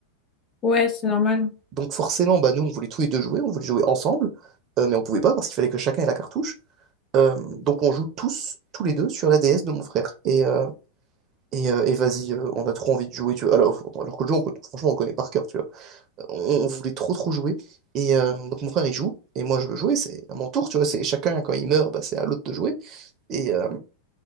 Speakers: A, on the left; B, on the right.
A: Ouais, c'est normal.
B: Donc forcément, bah, nous, on voulait tous les deux jouer, on voulait jouer ensemble, euh, mais on pouvait pas parce qu'il fallait que chacun ait la cartouche. Euh, donc on joue tous, tous les deux, sur la DS de mon frère. Et, euh, et, euh, et vas-y, euh, on a trop envie de jouer, tu vois. Alors, alors que le jeu, on co- franchement, on le connaît par cœur, tu vois. Euh, On, on voulait trop, trop jouer. Et euh, donc mon frère, il joue, et moi, je veux jouer, c'est à mon tour, tu vois. C'est chacun, quand il meurt, bah, c'est à l'autre de jouer. Et, euh,